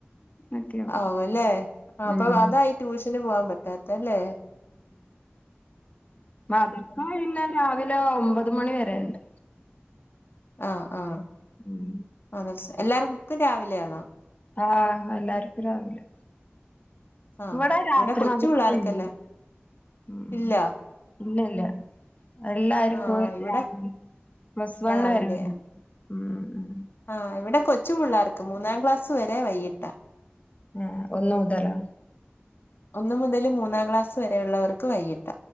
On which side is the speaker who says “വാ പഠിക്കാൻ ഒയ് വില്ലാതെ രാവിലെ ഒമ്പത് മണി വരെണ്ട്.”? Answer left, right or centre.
Left